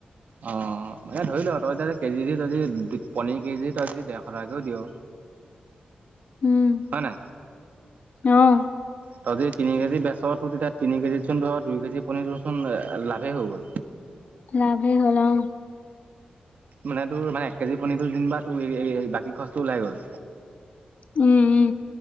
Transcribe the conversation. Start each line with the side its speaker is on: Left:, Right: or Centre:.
Right: অ'। অ' মে ধৰি ল' তই কেজি দি তই য পনীৰ কেজি তই যদি ডেৰশ টকাকেও দিয়
Left: উম,
Right: হয় নাই?
Left: অ'।
Right: তই যদি তিনি কেজি বেচ তোৰ তেতিয়া তিনি কেজিত চোন ধৰ দুই কেজি পনীৰ দেচোন লাভেই হৈ গ'ল।
Left: লাভেই হ'ল অ'।
Right: মানে তোৰ মানে এক কেজি পনীৰটোৰ যেনিবা তোৰ বাকী খৰটো ওলাই গ'ল।
Left: উম উম